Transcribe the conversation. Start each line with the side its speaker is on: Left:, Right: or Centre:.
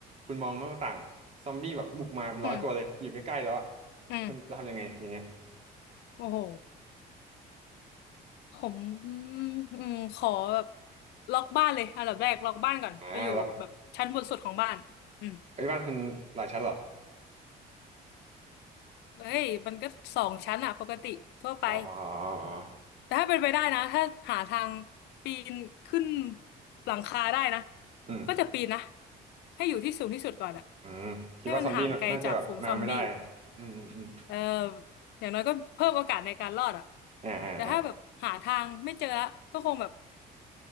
Right: คุณมองนอกหน้าต่างซอมบี้แบบบุกมาเป็นร้อยตัวเลยอยู่ใกล้ๆแล้วอะ
Left: อืม อืม
Right: คุณจะทำยังไงอย่างเงี้ย
Left: โอ้โหผมอืมอืมขอแบบล็อกบ้านเลยอันดับแรกล็อกบ้านก่อนไปอยู่แบบชั้นบนสุดของบ้านอืม
Right: อ่าแล้วไอ้ยบ้านคุณหลายชั้นเหรอ
Left: เฮ้ยมันก็สองชั้นอะปกติทั่วไป
Right: อ๋ออ๋ออ๋ออ๋อ
Left: แต่ถ้าเป็นไปได้นะถ้าหาทางปีนขึ้นหลังคาได้นะ
Right: อืม
Left: ก็จะปีนนะให้อยู่ที่สูงที่สุดก่อนอะ
Right: อืมคิดว่าซอมบี้น่าน่าจะแบบมาไม่ได้
Left: ให้มันห่างไกลจากฝูงซอมบี้
Right: อืมอืมอม
Left: เอ่ออย่างน้อยก็เพิ่มโอกาสในการรอดอะ
Right: อ่าอ่าอ่า
Left: แต่ถ้าแบบหาทางไม่เจอละก็คงแบบ